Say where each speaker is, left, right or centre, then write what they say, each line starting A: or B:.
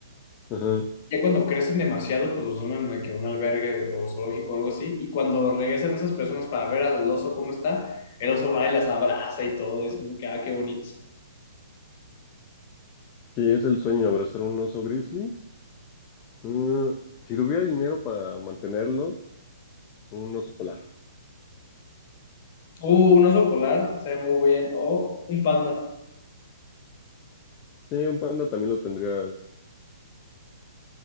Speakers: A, on the left; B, on the left.
A: Ajá.
B: Ya cuando crecen demasiado, pues los donan a que un albergue o zoológico o algo así. Y cuando regresan esas personas para ver al oso cómo está, el oso va y las abraza y todo. Es como que, ah, qué bonito.
A: Sí, es el sueño, abrazar un oso grizzly. Ah, si tuviera dinero para mantenerlo, un oso polar.
B: Uh, un oso polar, se ve muy bien. O un panda.
A: Sí, un panda también lo tendrías.